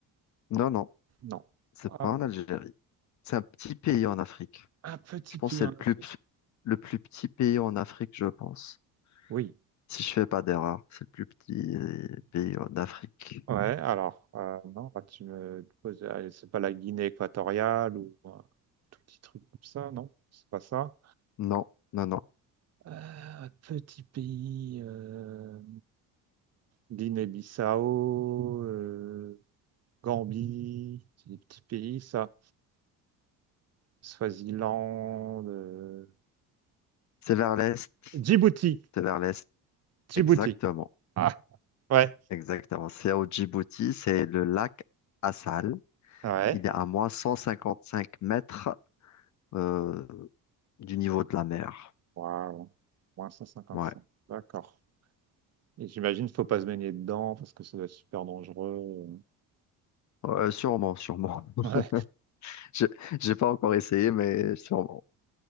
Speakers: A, on the left; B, on the right.
A: Non, non,
B: Non.
A: c'est
B: Ah,
A: pas en Algérie. C'est un petit pays en Afrique.
B: un petit
A: Je pense
B: pays
A: que c'est
B: en
A: le plus,
B: Afrique.
A: p- le plus petit pays en Afrique, je pense.
B: Oui.
A: Si je fais pas d'erreur, c'est le plus petit pays en Afrique.
B: Ouais, alors, euh, non, là, tu me poses. allez, C'est pas la Guinée équatoriale ou un tout petit truc comme ça, non? C'est pas ça.
A: Non, non, non.
B: Euh, petit pays. euh, Guinée-Bissau, euh, Gambie, c'est des petits pays, ça. Swaziland, euh,
A: C'est vers l'est.
B: Djibouti.
A: C'est vers l'est.
B: Djibouti.
A: Exactement.
B: Ah, ouais,
A: Exactement. C'est au Djibouti. C'est le lac Assal.
B: ouais.
A: Il est à moins 155 mètres euh, du niveau de la mer.
B: Waouh, moins cent cinquante
A: Ouais.
B: cinq D'accord. Et j'imagine qu'il ne faut pas se baigner dedans parce que ça doit être super dangereux.
A: Euh, sûrement, sûrement.
B: Ouais,
A: <laughs> Je, j'ai pas encore essayé, mais sûrement.